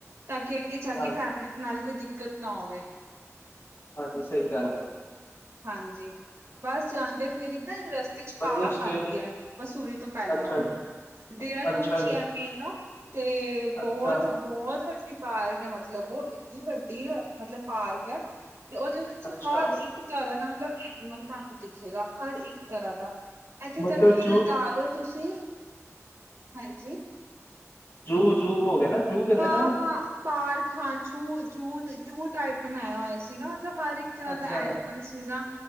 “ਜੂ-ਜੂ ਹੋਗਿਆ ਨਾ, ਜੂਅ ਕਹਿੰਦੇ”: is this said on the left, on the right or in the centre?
Left